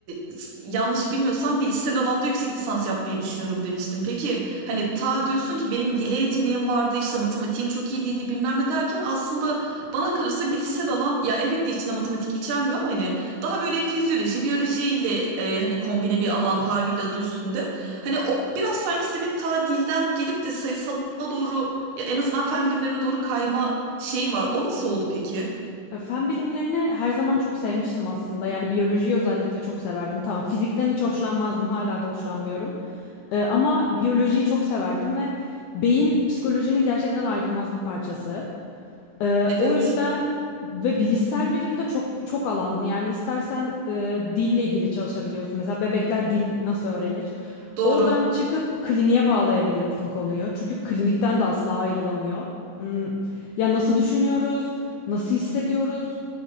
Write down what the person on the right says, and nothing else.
s- yanlış bilmiyorsam bilişsel alanda yüksek lisans yapmayı düşünüyorum demiştin. Peki hani ta diyorsun ki benim dile yeteneğim vardı işte matematiğim çok iyi değildi bilmem ne derken aslında bana kalırsa bilişsel alan ya elbette içinde matematik içermiyor ama hani daha böyle fizyoloji biyolojiyle e, hani kombine bir alan haliyle adı üstünde. Hani o biraz sanki senin ta dilden gelip de sayısala doğru ya en azından fen bilimlerine doğru kayma şeyin var. O nasıl oldu peki?
Evet
doğru.